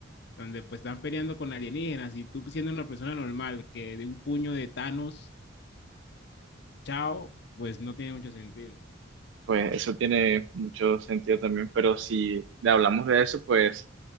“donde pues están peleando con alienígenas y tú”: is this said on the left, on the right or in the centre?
Left